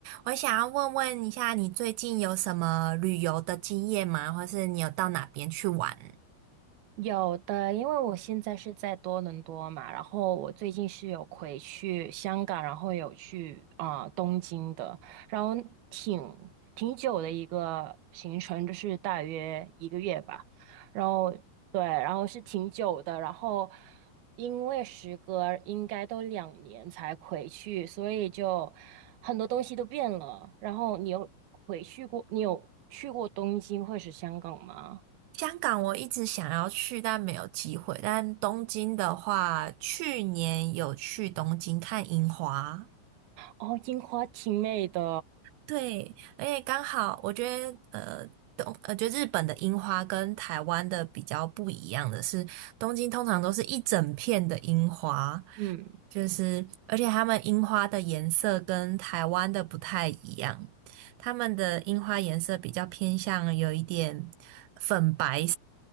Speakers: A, on the right; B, on the right.
A: 我想要问问一下，你最近有什么旅游的经验吗？或是你有到哪边去玩？
B: 有的，因为我现在是在多伦多嘛，然后我最近是有回去香港，然后有去啊、呃东京的，然后挺挺久的一个行程，就是大约一个月吧，然后对，然后是挺久的，然后因为时隔应该都两年才回去，所以就很多东西都变了。然后你有回去过，你有去过东京或是香港吗？
A: 香港我一直想要去，但没有机会。但东京的话，去年有去东京看樱花，
B: 哦，樱花挺美的，
A: 对，而且刚好我觉得，呃，东，呃，觉得日本的樱花跟台湾的比较不一样的是，东京通常都是一整片的樱花。
B: 嗯，
A: 就是，而且他们樱花的颜色跟台湾的不太一样，他们的樱花颜色比较偏向有一点粉白